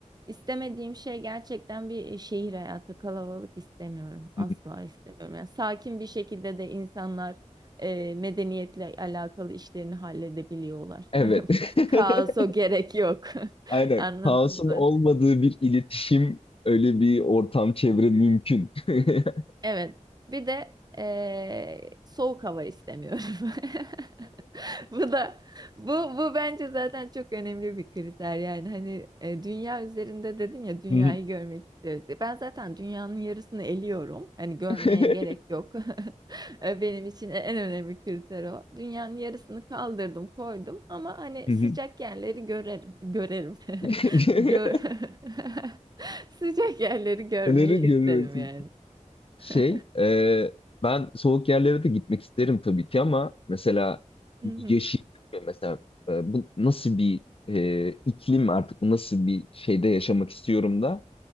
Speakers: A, on the right (about 30°); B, on the left (about 45°).
A: istemediğim şey gerçekten bir e, şehir hayatı. Kalabalık istemiyorum.
B: hı.
A: Asla
B: <laughs>
A: istemiyorum. Yani sakin bir şekilde de insanlar e, medeniyetle alakalı işlerini halledebiliyorlar.
B: Evet.
A: <laughs>
B: <laughs>
A: Kaos o gerek yok. <laughs>
B: Aynen.
A: Anladın
B: Kaosun
A: mı?
B: olmadığı bir iletişim, öyle bir ortam, çevre mümkün. <laughs>
A: Evet. Bir de e, soğuk hava istemiyorum. <laughs> <laughs> Bu da bu bu bence zaten çok önemli bir kriter yani hani e, dünya üzerinde dedin ya dünyayı
B: Hı hı.
A: görmek istiyoruz diye. Ben zaten dünyanın yarısını eliyorum. Hani görmeye
B: <laughs>
A: gerek yok. <laughs> E, Benim için e, en önemli kriter o. Dünyanın yarısını kaldırdım, koydum ama hani
B: Hı
A: sıcak
B: hı.
A: yerleri görerim, görerim.
B: <laughs>
A: <laughs> Gör <laughs> Sıcak yerleri görmeyi
B: Neleri görüyoruz?
A: isterim yani.
B: Şey,
A: <laughs>
B: e, ben soğuk yerlere de gitmek isterim tabii ki ama mesela
A: Hı hı.
B: yeşil, mesela e, bu nasıl bir e, iklim artık, bu nasıl bir şeyde yaşamak istiyorum da